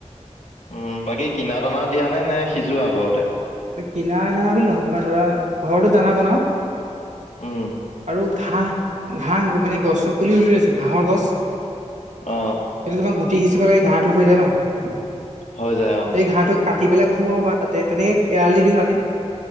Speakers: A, on the left (about 80°); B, on the right (about 85°).
A: উম বাকী কিনা দানা দিয়া নে নে সিজোৱা ঘৰতে?
B: কিনা দানা বুলি নহয় তোমাৰ ধৰা ঘৰতো দানা বনাওঁ
A: উম
B: আৰু ঘাঁহ ঘাঁহ মানে গছৰ পুলি ৰুই লৈছো ঘাঁহৰ গছ
A: অ'
B: এইটো তোমাৰ গুটি সিঁচিব লাগে ঘাঁহটো হৈ যায় ন
A: হৈ যায়
B: সেই
A: অ
B: ঘাঁহটো পাত দি পেলাই খুৱাওঁ বা তাতে তেনেকৈ এৰাল দিওঁ তাতে।